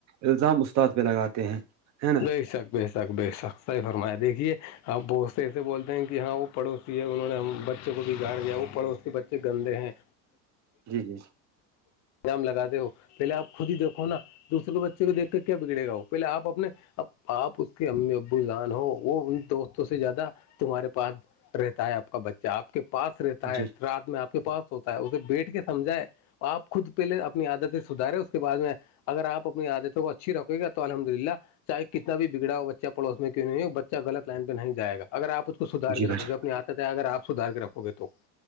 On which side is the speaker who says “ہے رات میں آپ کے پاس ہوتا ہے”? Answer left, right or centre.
Left